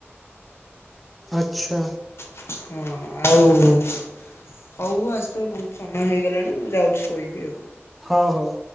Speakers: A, in the centre; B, on the left.
A: ଆଛା।
B: ହଁ ଆଉ ହୋଉ ଆଜି ତ ବୋହୁତ ସମୟ ହେଇଗଲାଣି ମୁଁ ଯାଉଚି ଶୋଇବି ଆଉ।
A: ହୋଉ ହୋଉ।